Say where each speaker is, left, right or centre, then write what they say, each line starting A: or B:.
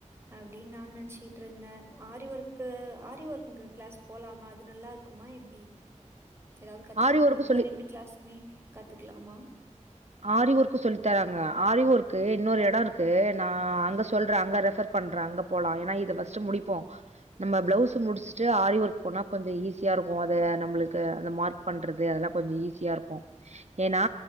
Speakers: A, on the right; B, on the right.
A: அப்படின் நானு நெனச்சிட்ருந்த ஆரி ஒர்க்கு ஆரி ஒர்க்குக்கு கிளாஸ் போலாமா அது நல்லாருக்குமா எப்டி எதாவது கத்துக்க
B: ஆரி
A: முடியுமா
B: ஒர்க்கு சொல்லி
A: ரெண்டு கிளாஸ்ஸுமே கத்துக்லாமா
B: ஆரி ஒர்க்கு சொல்லி தராங்க ஆரி ஒர்க்கு இன்னோரு எடொ ருக்கு நா அங்க சொல்ற அங்க ரெஃபர் பண்ற அங்க போலா ஏன்னா இது ஃபஸ்ட்டு முடிப்போ நம்ம பிளவுஸ் முடிச்சுட்டு ஆரி ஒர்க் போனா கொஞ்ச ஈஸியா ருக்கு அது நம்மளுக்கு அந்த மார்க் பண்றது அதெல்லா கொஞ்சொ ஈஸியா ருக்கும் ஏன்னா